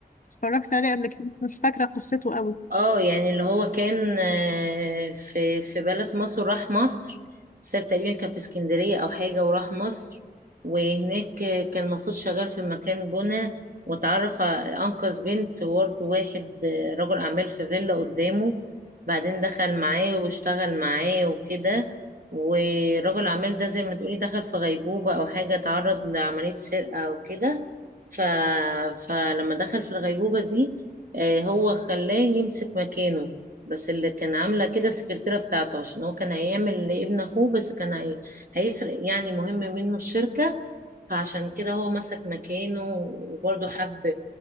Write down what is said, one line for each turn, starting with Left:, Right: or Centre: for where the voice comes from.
Left: اتفرجت عليه قبل كده بس مش فاكرة قصته قوي
Right: اه يعني اللي هو كان آه، في في بلد مصر وراح مصر ساب تقريبا كان في اسكندرية او حاجة وراح مصر وهناك آه، كان المفروض شغال في مكان بنا واتعرف ع- انقذ بنت وبرضه واحد آه، رجل اعمال في فيلا قدامه بعدين دخل معاه واشتغل معاه وكده ورجل الاعمال ده زي ما تقولي دخل في غيبوبة او حاجة اتعرض لعملية سرقة او كده ف... فلما دخل في الغيبوبة دي آه، هو خلاه يمسك مكانه بس اللي كان عاملة كده السكرتيرة بتاعته عشان هو كان هيعمل لابن أخوه بس كان هي... هيسرق يعني مهم منه الشركة فعشان كده هو مسك مكانه وبرضه حب